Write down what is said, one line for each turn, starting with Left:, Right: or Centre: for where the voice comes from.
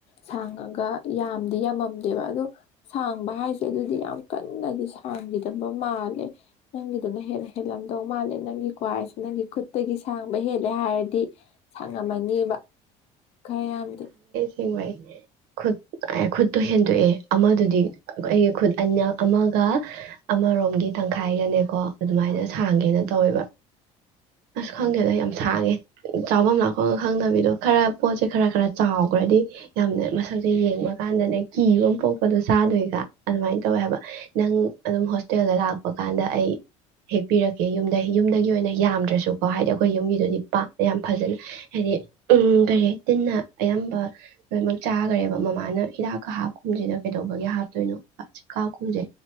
Left: ꯁꯥꯡꯉꯒ ꯌꯥꯝꯗꯤ ꯌꯥꯝꯃ ꯗꯦꯕ ꯑꯗꯣ ꯁꯥꯡꯕ ꯍꯥꯏꯁꯦ ꯑꯗꯨꯗꯤ ꯌꯥꯝ ꯀꯟꯅꯗꯤ ꯁꯥꯡꯈꯤꯗꯕ ꯃꯥꯜꯂꯦ ꯅꯪꯒꯤꯗꯨꯅ ꯍꯦꯟꯅ ꯍꯦꯜꯂꯝꯗꯧ ꯃꯥꯜꯂꯦ ꯅꯪꯒꯤ ꯀ꯭ꯋꯥꯏꯁꯦ ꯅꯪꯒꯤ ꯈꯨꯠꯇꯒꯤ ꯁꯥꯡꯕ ꯍꯦꯜꯂꯦ ꯍꯥꯏꯔꯗꯤ ꯁꯥꯡꯉꯝꯃꯅꯤ ꯈꯔ ꯌꯥꯝꯗꯤꯦ
Right: ꯑꯦꯡꯕꯩ ꯈꯨꯠ ꯈꯨꯠꯇꯣ ꯍꯦꯟꯗꯣꯛꯑꯦ ꯑꯃꯗꯨꯗꯤ ꯑꯩꯒꯤ ꯈꯨꯠ ꯑꯅꯤ ꯑꯃꯒ ꯑꯃꯔꯣꯝꯒꯤ ꯇꯪꯈꯥꯏꯒꯅꯦꯀꯣ ꯑꯗꯨꯃꯥꯏꯅ ꯁꯥꯡꯒꯦꯅ ꯇꯧꯋꯦꯕ ꯑꯁ ꯈꯪꯗꯦꯗꯣ ꯌꯥꯝ ꯁꯥꯡꯉꯦ ꯆꯥꯐꯝ ꯂꯥꯛꯐꯝꯒ ꯈꯪꯗꯕꯤꯗꯣ ꯈꯔ ꯄꯣꯠꯁꯦ ꯈꯔ ꯈꯔ ꯆꯥꯎꯈ꯭ꯔꯗꯤ ꯌꯥꯝꯅ ꯃꯁꯛꯁꯦ ꯌꯦꯡꯕ ꯀꯥꯟꯗꯅꯦ ꯀꯤꯕ ꯄꯣꯛꯄꯗꯣ ꯆꯥꯗꯣꯏꯒ ꯑꯗꯨꯃꯥꯏꯅ ꯇꯧꯋꯦ ꯍꯥꯏꯕ ꯅꯪ ꯑꯗꯨꯝ ꯍꯣꯁꯇꯦꯜꯗ ꯂꯥꯛꯄ ꯀꯥꯟꯗ ꯑꯩ ꯍꯦꯛꯄꯤꯔꯛꯀꯦ ꯌꯨꯝꯗ ꯌꯨꯝꯗꯒꯤ ꯑꯣꯏꯅ ꯌꯥꯝꯗ꯭ꯔꯁꯨꯀꯣ ꯍꯥꯏꯗꯤ ꯑꯩꯈꯣꯏ ꯌꯨꯝꯒꯤꯗꯨꯗꯤ ꯌꯥꯝ ꯐꯖꯅ ꯍꯥꯏꯗꯤ ꯎ ꯀꯔꯤ ꯇꯤꯟꯅ ꯑꯌꯥꯝꯕ ꯂꯣꯏꯅꯃꯛ ꯆꯥꯈꯔꯦꯕ ꯃꯃꯥꯅ ꯍꯤꯗꯥꯛꯀ ꯍꯥꯞꯈꯨꯝꯁꯤꯅ ꯀꯩꯗꯧꯕꯒꯤ ꯍꯥꯞꯇꯣꯏꯅꯣ ꯆꯀꯥꯈꯨꯝꯁꯦ